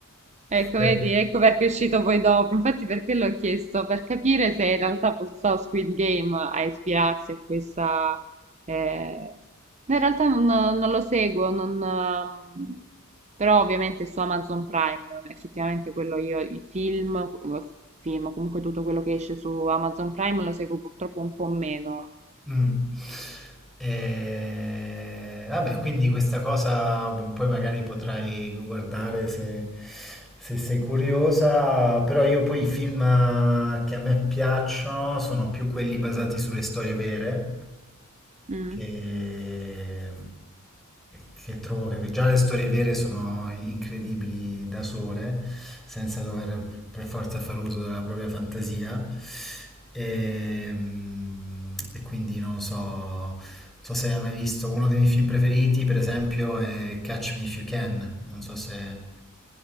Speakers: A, on the right; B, in the centre.
A: Ecco,
B: Per-
A: vedi, ecco perché è uscito poi dopo. Infatti, per quello ho chiesto, per capire se in realtà fosse stato Squid Game a ispirarsi a questa. eh, No, in realtà non, non lo seguo, non, ehm, però ovviamente su Amazon Prime, effettivamente quello io, i film, film, comunque tutto quello che esce su Amazon Prime lo seguo purtroppo un po' meno.
B: Mm. E... Vabbè, quindi questa cosa poi magari potrai guardare se, se sei curiosa, però io poi i film che a me piacciono sono più quelli basati sulle storie vere
A: Mm.
B: che, che trovo che già le storie vere sono incredibili da sole, senza dover per forza far uso della propria fantasia. E, mm, e quindi non lo so, non so se hai mai visto uno dei miei film preferiti, per esempio, è Catch Me If You Can, non so se